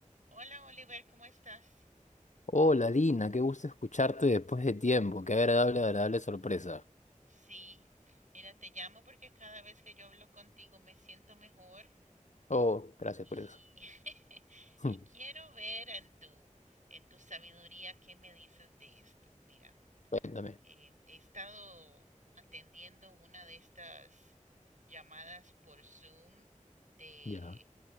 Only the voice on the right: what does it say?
Hola Oliver, ¿cómo estás?
Sí, mira, te llamo porque cada vez que yo hablo contigo me siento mejor
y,
<laughs>
y
quiero ver en tu, en tu sabiduría qué me dices de esto. Mira,
eh, he estado atendiendo una de estas llamadas por Zoom de,